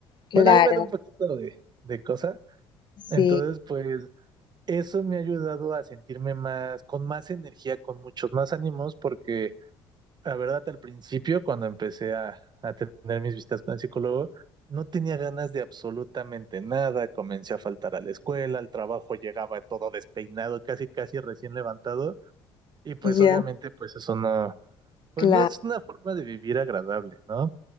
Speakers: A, on the left; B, on the right.
A: claro,
B: Bueno, a mí me da un poquito de, de cosa.
A: sí,
B: Entonces, pues eso me ha ayudado a sentirme más, con más energía, con muchos más ánimos, porque la verdad, al principio, cuando empecé a, a tener mis visitas con el psicólogo, no tenía ganas de absolutamente nada. Comencé a faltar a la escuela, al trabajo llegaba todo despeinado, casi, casi recién levantado. Y pues
A: ya,
B: obviamente, pues eso no, pues
A: claro.
B: no es una forma de vivir agradable, ¿no?